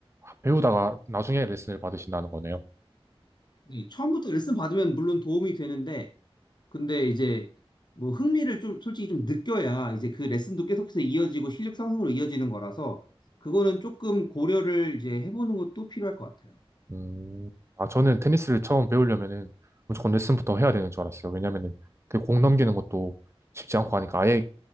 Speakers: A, on the right (about 25°); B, on the left (about 45°).
A: 배우다가 나중에 레슨을 받으신다는 거네요.
B: 이 처음부터 레슨 받으면 물론 도움이 되는데 근데 이제 뭐 흥미를 좀 솔직히 좀 느껴야 이제 그 레슨도 계속해서 이어지고 실력 상승으로 이어지는 거라서 그거는 조금 고려를 이제 해보는 것도 필요할 것 같아요.
A: 음, 아, 저는 테니스를 처음 배우려면은 무조건 레슨부터 해야 되는 줄 알았어요. 왜냐면은 그 공 넘기는 것도 쉽지 않고 하니까 아예